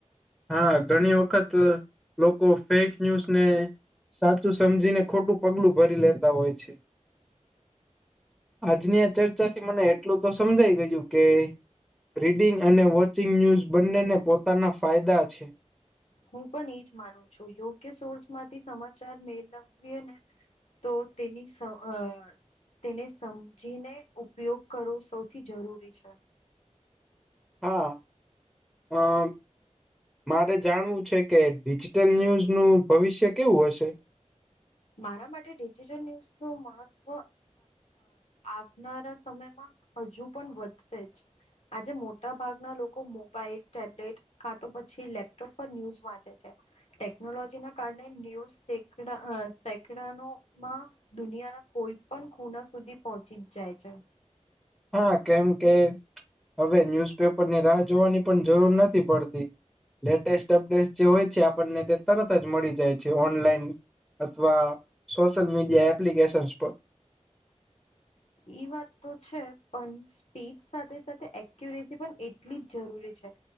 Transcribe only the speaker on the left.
હું પણ એજ માનું છું યોગ્ય સોર્સમાંથી સમાચાર મેળવીએ ને તો તેની સહાય તેને સમજીને ઉપયોગ કરવો સૌથી જરૂરી છે.
મારા માટે ડિજિટલ ન્યુઝ નું મહત્વ આવનારા સમયમાં હજુ પણ વધશે જ. આજે મોટા ભાગના લોકો મોબાઈલ ટેબ્લેટ ક્યાં તો પછી લેપટોપ પર ન્યૂઝ વાંચે છે. ટેકનોલોજી ના કારણે ન્યૂ <unintelligible> સેકંડો માં દુનિયાના કોઈ પણ ખુણા સુધી પહોંચી જાય છે.
એ વાત તો છે પણ સ્પીડ સાથે સાથે એક્યુરેસી પણ એટલી જ જરૂરી છે.